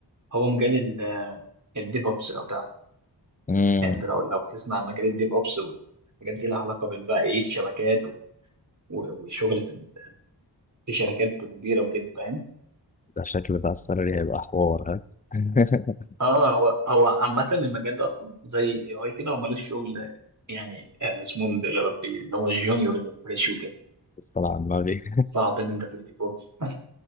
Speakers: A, on the right; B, on the left.
A: هو مجال الديف اوبس لو تعرف
B: امم
A: يعني انت لو لو تسمع مجال الديف اوبس والحاجات دي لها علاقه بال بقى ايه الشبكات و- و- وشغل في ال- في شركات كبيره وكده فاهم
B: ده شكل بقى السالري هيبقى حوار ها <laughs>
A: اه هو هو عامه المجال ده اصلا زي الاي اي كده هو ملوش شغل يعني آه، اسمه من ده يا ربي اللي هو الجونيور اللي هو الفريش وكده
B: طلع على النبي
A: صعب ان انت تلاقي فيه فرص